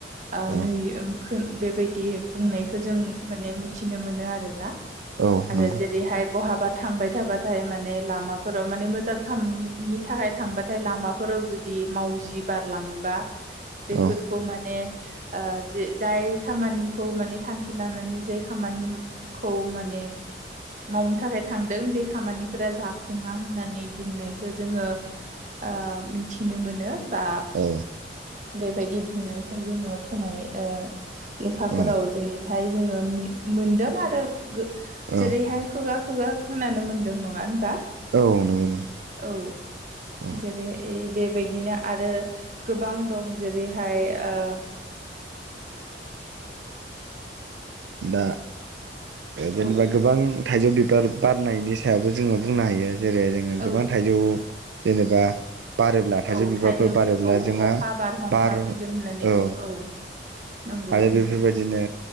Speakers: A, on the right (about 45°); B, on the right (about 85°).
A: ओ
B: औ
A: नुयो खो बेबायदि बुंनाय थ' जों माने मिथिनो मोनो आरो ना
B: औ
A: आरो
B: नंगौ
A: जेरैहाय बहाबा थांबाय थाबाथाय माने लामाफोराव माने मोजां खामनिनि थाखाय थांबाथाय लामाफोर <unintelligible> जुदि मावजि बारलाङोबा बेफोरखौ
B: औ
A: माने ओ जि जाय खामानिखौ माने थांखि लानानै जाय खामानिखौ माने मावनो थाखाय थांदों बे खामानिफोरा जाफुङा होननानै बुंनायखो जोङो ओ मिथिनो मोनो। बा
B: औ
A: बेबायदि बुंनायखौ जोङो खोनायो ओ लेखाफोराव
B: औ
A: जेरैहाय जोङो मि-मोनदों आरो गो
B: औ
A: जेरैहाय खुगा खुगा खोनानो मोनदों नङा होनबा।
B: औ नंगौ नंगौ
A: औ
B: औ
A: जेरै बे बायदिनो आरो गोबां दं जेरैहाय ओ
B: दा जेनेबा
A: ओ
B: गोबां थाइजौ बिबार बारनायनि सायावबो जोङो बुंनो हायो जेरै जोङो
A: औ
B: गोबां
A: औ
B: थाइजौ जेनेबा बारोब्ला थाइजौ
A: औ
B: बिबारफोर बारोब्ला
A: बि औ
B: जोंहा
A: अखा बारहुंखा
B: बार' औ
A: फैगोन होननानै बुङो औ नंगौ
B: आरो बेफोरबायदिनो